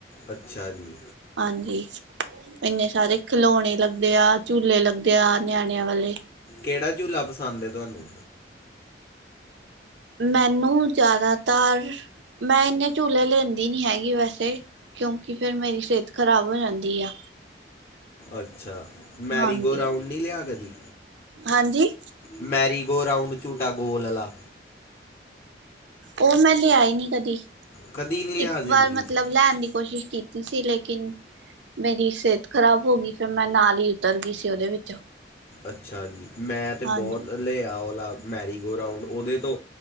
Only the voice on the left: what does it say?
ਅੱਛਾ ਜੀ।
ਕਿਹੜਾ ਝੂਲਾ ਪਸੰਦ ਹੈ ਤੁਹਾਨੂੰ।
ਅੱਛਾ। ਮੈਰੀਗੋ
ਰਾਊਂਡ ਨਹੀਂ ਲਿਆ ਕਦੀ।
ਮੈਰੀਗੋ ਰਾਊਂਡ ਝੂਟਾ ਗੋਲ ਆਲਾ।
ਕਦੀ ਨਹੀਂ ਲਿਆ
ਜ਼ਿੰਦਗੀ
'ਚ
ਅੱਛਾ ਜੀ, ਮੈਂ ਤੇ
ਬਹੁਤ ਲਿਆ ਆਹ ਵਾਲਾ ਮੈਰੀਗੋ ਰਾਊਂਡ ਉਹਦੇ ਤੋਂ